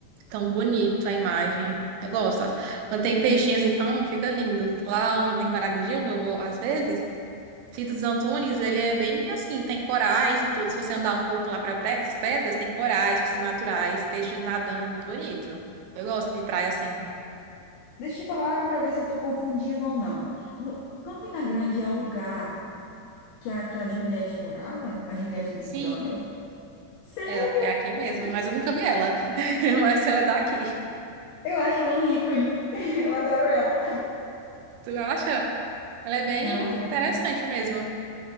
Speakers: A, on the right; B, on the left.
A: tão bonito a imagem. Eu gosto. Quando tem peixinhos, então fica lindo. Lá em Maragogi, onde eu vou às vezes, Fito dos Antunes, ele é bem assim, tem corais e tudo. Se você andar um pouco lá para as pedras, tem corais, piscinas naturais, peixinhos nadando, é muito bonito. Eu gosto de praia assim.
B: Deixa eu falar para ver se eu estou confundindo ou não. No, Campina Grande é o lugar que a, que a Juliette morava? A Juliette do Big
A: Sim,
B: Brother? Sério?
A: é, é aqui mesmo,
B: Você-
A: mas eu nunca vi ela. <laughs> Mas ela é daqui.
B: Eu acho ela um ícone. <laughs> Eu adoro ela.
A: Tu acha? Ela é bem
B: Nossa, eu gostava.
A: interessante mesmo